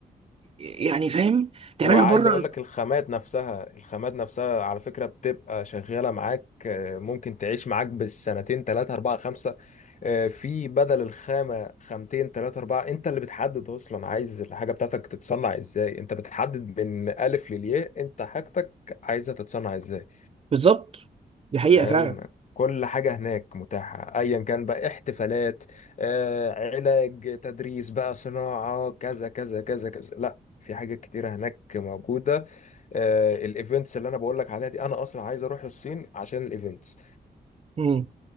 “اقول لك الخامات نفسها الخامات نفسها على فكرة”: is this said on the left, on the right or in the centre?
Left